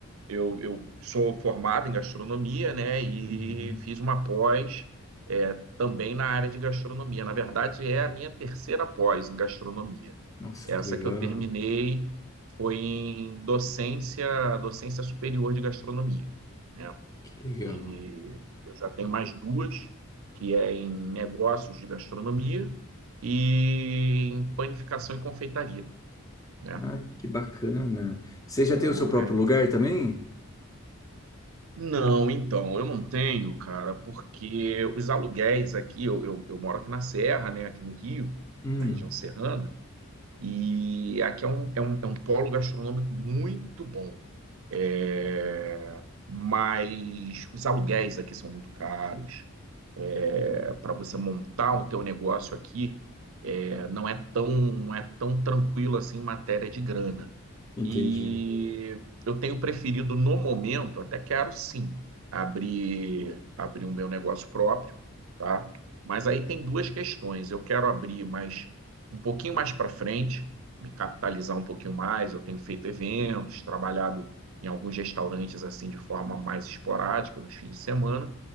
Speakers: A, on the right; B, on the left.
A: eu, eu sou formado em gastronomia, né? E
B: Uhum.
A: fiz uma pós é, também na área de gastronomia. Na verdade, é a minha terceira pós em gastronomia.
B: Nossa,
A: Essa
B: que legal.
A: que eu terminei foi em docência, docência superior de gastronomia, né?
B: Que legal.
A: E eu já tenho mais duas, que é em negócios de gastronomia e em panificação e confeitaria, né?
B: Ah, que bacana. Você já
A: Então,
B: tem o seu próprio
A: é...
B: lugar também?
A: Não, então, eu não tenho, cara, porque os aluguéis aqui, eu, eu, eu moro aqui na Serra, né, aqui no Rio,
B: Hum,
A: na região serrana, e aqui é um, é um, é um polo gastronômico muito bom. É, Mas os aluguéis aqui são muito caros, é, para você montar o teu negócio aqui, é, não é tão, não é tão tranquilo assim em matéria de grana.
B: entendi.
A: E eu tenho preferido no momento, até quero sim, abrir abrir o meu negócio próprio, tá? Mas aí tem duas questões. Eu quero abrir mais um pouquinho mais para frente, me capitalizar um pouquinho mais. Eu tenho feito eventos, trabalhado em alguns restaurantes assim de forma mais esporádica nos fins de semana.